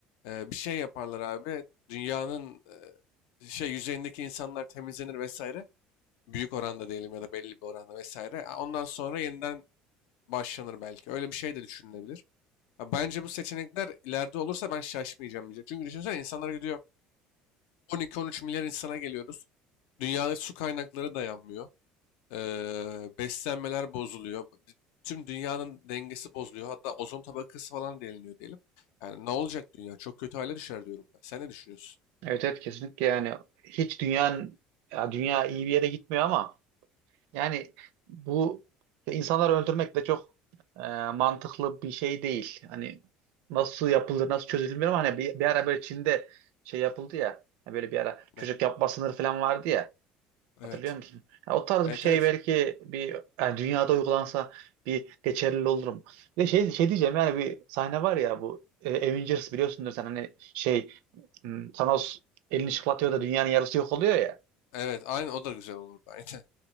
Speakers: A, on the left; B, on the right.
A: e, Bir şey yaparlar abi. Dünyanın e, şey yüzeyindeki insanlar temizlenir vesaire. Büyük oranda diyelim ya da belli bir oranda vesaire. E, Ondan sonra yeniden başlanır belki. Öyle bir şey de düşünülebilir. Ya Bence bu seçenekler ileride olursa ben şaşmayacağım diyecek. Çünkü düşünsene insanlar gidiyor 12-13 milyar insana geliyoruz. Dünyada su kaynakları dayanmıyor. Eee, beslenmeler bozuluyor. D- Tüm dünyanın dengesi bozuluyor. Hatta ozon tabakası falan deliniyor diyelim. Yani ne olacak dünya? Çok kötü hale düşer diyorum ben. Sen ne düşünüyorsun?
B: Evet evet kesinlikle yani hiç dünyanın ya dünya iyi bir yere gitmiyor ama yani bu insanları öldürmek de çok e, mantıklı bir şey değil. Hani nasıl yapıldı nasıl çözülür bilmiyorum. Hani bir, bir ara böyle Çin'de şey yapıldı ya hani böyle bir ara çocuk
A: Ne?
B: yapma sınırı falan vardı ya.
A: Evet.
B: Hatırlıyor musun? Ya o tarz
A: Evet
B: bir şey
A: evet.
B: belki bir yani dünyada uygulansa bir geçerli olurum. Bir de şey, şey diyeceğim yani bir sahne var ya bu e, Avengers biliyorsundur sen hani şey m, Thanos elini çıklatıyor da dünyanın yarısı yok oluyor ya.
A: Evet aynı o da güzel olurdu aynen.